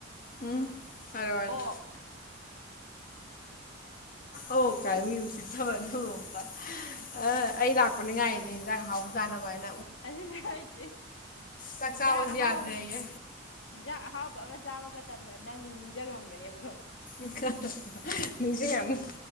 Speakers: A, on the left; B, on the left.
A: ꯎꯝ ꯍꯥꯏꯔꯛꯑꯣ
B: ꯑꯣꯛ
A: ꯑꯣ ꯀꯥꯏ ꯃꯤ ꯁꯤꯠꯊꯕꯅꯤ ꯍꯣꯡꯕ ꯑ ꯑꯩ ꯂꯥꯛꯄꯅꯦ ꯉꯥꯏꯔꯤꯁꯦ ꯑꯦꯟꯁꯥꯡ ꯑꯍꯥꯎꯕꯥ ꯆꯥꯅꯕꯅꯥ
B: ꯑꯗꯨꯅꯦ ꯍꯥꯏꯖꯦ
A: ꯆꯥꯛ
B: ꯑꯦꯟꯁꯥꯡ
A: ꯆꯥꯕꯁꯨ
B: ꯑꯍꯥꯎꯕꯥ
A: ꯌꯥꯗ꯭ꯔꯦꯌꯦ
B: ꯑꯦꯟꯁꯥꯡ ꯑꯍꯥꯎꯕꯥ ꯑꯃ ꯆꯥꯕ ꯃꯇꯝꯗ ꯅꯪ ꯅꯤꯡꯖꯤꯡꯉꯝꯒꯅꯤꯕ
A: ꯏꯀ ꯅꯤꯡꯁꯤꯡ ꯉꯝꯅꯤ